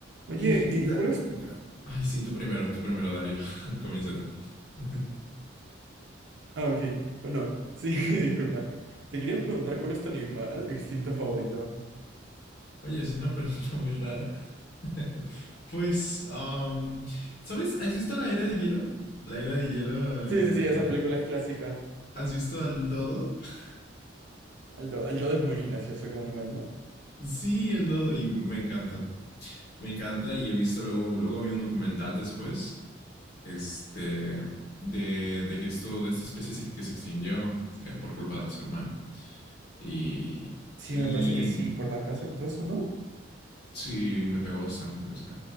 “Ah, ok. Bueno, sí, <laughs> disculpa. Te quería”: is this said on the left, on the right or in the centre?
Right